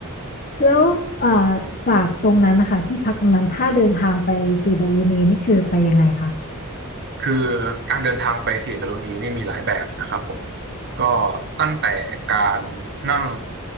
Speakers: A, on the left; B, on the right.
A: แล้วอ่าจากตรงนั้นนะคะที่พักตรงนั้นถ้าเดินทางไปสีดารุณีนี่คือไปยังไงคะ
B: คือการเดินทางไปสี่ตะลุนีนี่มีหลายแบบนะครับผมก็ตั้งแต่การนั่ง